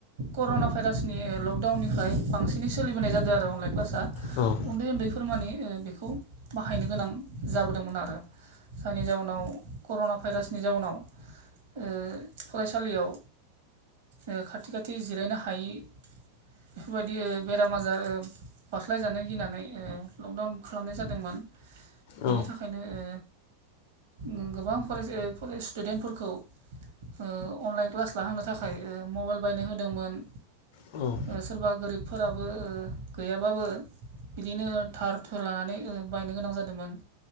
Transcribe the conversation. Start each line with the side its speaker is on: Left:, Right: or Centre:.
Right: कर'ना भाइरासनि लकडाउननिफ्राय बांसिनै सोलिबोनाय जादों आरो अनलायन क्लासआ
Left: औ।
Right: उन्दै उन्दैफोर मानि ओ बेखौ बाहायनो गोनां जाबोदोंमोन आरो। जायनि जाउनाव कर'ना भाइरासनि जाउनाव ओ फरायसालियाव ओ खाथि खाथि जिरायनो हायै बेफोरबायदि ओ बेराम आजार ओ बास्लायजानो गिनानै ओ लकडाउन खालामनाय जादोंमोन। बेनि
Left: औ
Right: थाखायनो ओ ओ गोबां फरायसा ओ फराय स्टुडेन्टफोरखौ ओ अनलाइन क्लास लाहोनो थाखाय ओ मबाइल बायनो होदोंमोन।
Left: औ
Right: ओ सोरबा गोरिबफोराबो ओ गैयाबाबो बिदिनो थार थोर लानानै ओ बायनो गोनां जादोंमोन।